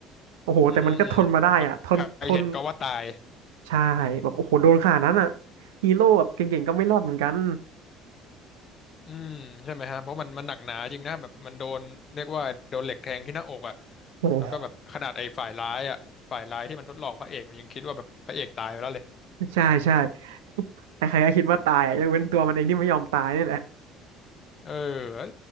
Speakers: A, on the right; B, on the left.
A: โอ้โหแต่มันก็ทนมาได้อ่ะทนทน
B: อืมอืมโอ้โหแบบใครเห็นก็ว่าตาย
A: ใช่แบบโอ้โหโดนขนาดนั้นอ่ะฮีโร่แบบเก่งๆก็ไม่รอดเหมือนกัน
B: อืมใช่ไหมฮะเพราะมันมันหนักหนาจริงนะแบบมันโดนเรียกว่าโดนเหล็กแทงที่หน้าอกอ่ะ
A: โอ้โห
B: แล้วก็แบบขนาดไอ้ฝ่ายร้ายอ่ะฝ่ายร้ายที่มันทดลองพระเอกมันยังคิดว่าแบบพระเอกตายไปแล้วเลย
A: ใช่ใช่ใครๆก็คิดว่าตายอ่ะยกเว้นตัวมันเองที่ไม่ยอมตายนี่แหละ
B: เออแล้ว